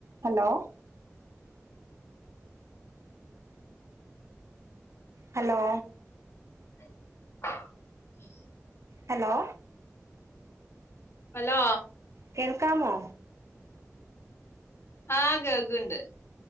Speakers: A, on the right (about 60°); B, on the left (about 50°).
A: Hello hello
B: <inaudible>
A: hello
B: hello
A: കേൾക്കാമോ?
B: ആഹ് കേൾക്ക്‌ണ്ട്